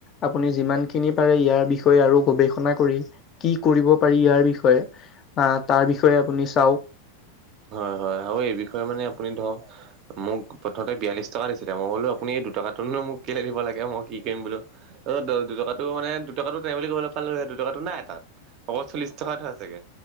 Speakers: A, on the left; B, on the right.
A: আপুনি যিমান খিনি পাৰে ইয়াৰ বিষয়ে আৰু গৱেষণা কৰি কি কৰিব পাৰি ইয়াৰ বিষয়ে আহ তাৰ বিষয়ে আপুনি চাওক
B: হয় হয় আৰু এই বিষয়ে মানে আপুনি ধৰক মোক প্ৰথমতে বিয়াল্লিশ টকা দিছিলে মই বোলো আপুনি এই দুটকাটোনো মোক কেলে দিব লাগে মই কি কৰিম বোলো। অ দুটকাটো মানে দুটকাটো তেওঁ বুলি ক'বলৈ পালোহে দুটকাটো নাই তাত অকল চল্লিশ টকা এটা আছেগে